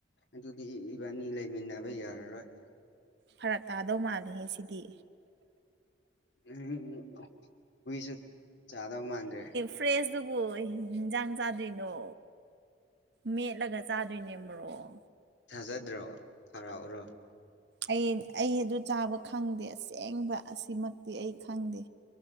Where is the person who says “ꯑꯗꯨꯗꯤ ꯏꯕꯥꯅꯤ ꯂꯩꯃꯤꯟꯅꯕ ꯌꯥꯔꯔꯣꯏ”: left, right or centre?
Left